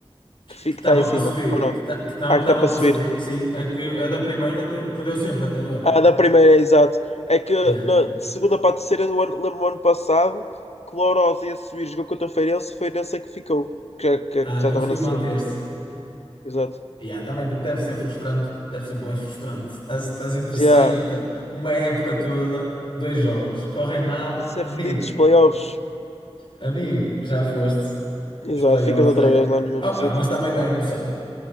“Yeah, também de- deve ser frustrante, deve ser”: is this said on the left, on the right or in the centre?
Left